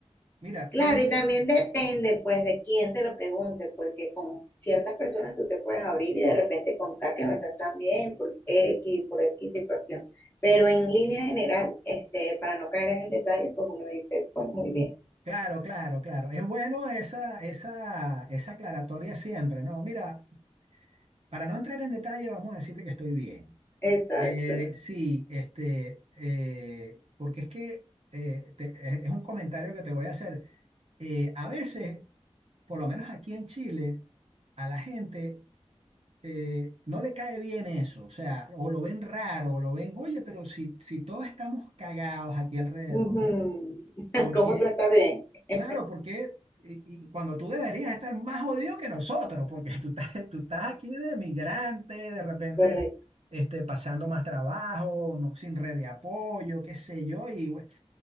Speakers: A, on the right; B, on the left.
A: Mira,
B: Claro,
A: y en
B: y también depende pues de quién te lo pregunte, porque con ciertas personas tú te puedes abrir y de repente contar que no estás tan bien por X, por X situación. Pero en línea general, este, para no caer en detalles, pues uno dice, pues muy bien.
A: Claro, claro, claro. Es bueno esa, esa, esa aclaratoria siempre, ¿no? Mira, para no entrar en detalle, vamos a decirte que estoy bien.
B: Exacto.
A: Eh, sí, este, eh, porque es que eh, te- es es un comentario que te voy a hacer. Eh, a veces, por lo menos aquí en Chile, a la gente eh, no le cae bien eso, o sea, o lo ven raro, o lo ven, oye, pero si, si todos estamos cagados aquí alrededor,
B: Ujú.
A: ¿no?
B: <laughs>
A: ¿por
B: ¿Cómo
A: qué
B: tú estás bien?
A: Claro,
B: <laughs>
A: porque y, y cuando tú deberías estar más jodido que nosotros, porque <laughs> tú estás, tú estás aquí de migrante, de repente
B: Correcto.
A: este, pasando más trabajo, no, sin red de apoyo, qué sé yo, y bu-